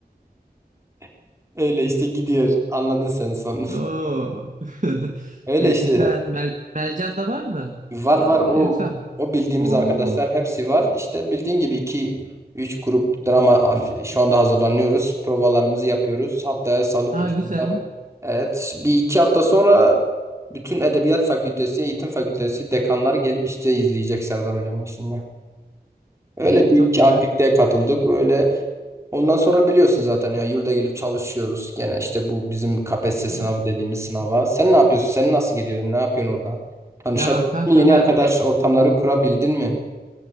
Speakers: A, on the right; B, on the right.
A: <laughs> Öyle işte gidiyor. Anladın sen sonunu.
B: Oo. <laughs>
A: Öyle
B: E,
A: işte
B: güzel. Mer- Mercan da var mı?
A: Var
B: Ee,
A: var o
B: yoksa?
A: o bildiğimiz
B: Oo.
A: arkadaşlar hepsi var. İşte bildiğin gibi iki üç grup drama şu anda hazırlanıyoruz. Provalarımızı yapıyoruz. Haftaya salıp
B: Ha
A: salıp-
B: güzel.
A: Evet, bir iki hafta sonra bütün Edebiyat Fakültesi, Eğitim Fakültesi dekanlar gelip işte izleyecek Serdar Hoca'nın işini. Öyle
B: E,
A: bir
B: çok
A: iki
B: güzel.
A: aktiviteye katıldık. Böyle Ondan sonra biliyorsun zaten ya yurda gelip çalışıyoruz. Gene işte bu bizim KPSS sınavı
B: E,
A: dediğimiz sınava. Sen ne yapıyorsun? Sen nasıl gidiyorsun? Ne yapıyorsun orada? Tanışabildin
B: ya kanka
A: mi? Yeni
B: ben
A: arkadaş
B: de
A: ortamları kurabildin mi?